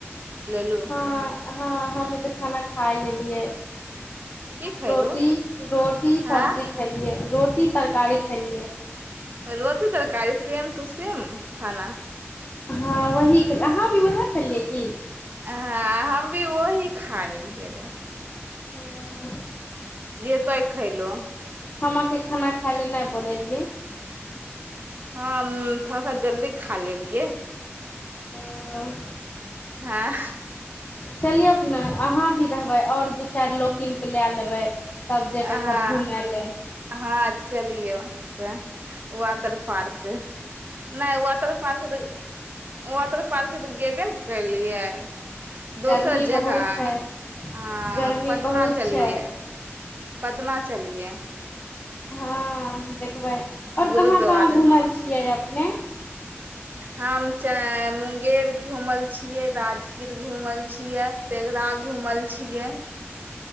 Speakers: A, on the right; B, on the left.
A: लेलू
B: हँ हँ हमें त खाना खायलेलिय
A: की
B: हम
A: खयलू
B: रोटी रोटी
A: हँ
B: सब्जी खेलियै रोटी तरकारी खेलिऐ
A: रोटी तरकारी सेम टू सेम खाना
B: हाँ वही खेलियै अहाँ भी वह खेलियै की
A: हँ हम भी वही खा एलिए रेऽ
B: हूँ
A: एयतै खैलों
B: हमके खाना खायलै नहि बोलेलिए
A: हां हम-मम थोड़ा सा जल्दी खा लेलिए
B: हूँ
A: हाँ
B: चलियोक ने अहाँ भी रहबै आओर दो चार लोक किन के ला लेबै तब जेबै
A: हाँ
B: सभ घूमय लए
A: हाँ चलियौ के वाटर पार्क नै वाटर पार्क वाटर पार्क त गेबे न केलियै दोसर
B: गर्मी
A: जगह
B: बहुत है
A: हाँ
B: गर्मी
A: पटना
B: बहुत
A: चलियै
B: छै
A: पटना चलिए
B: हाँ देखबै आओर
A: गुरुद्वारे
B: कहाँ कहाँ घूमल छियै अप- ने
A: हम चं मुंगेर घूमल छियै राजगीर घूमल छियै तेघरा घूमल छियै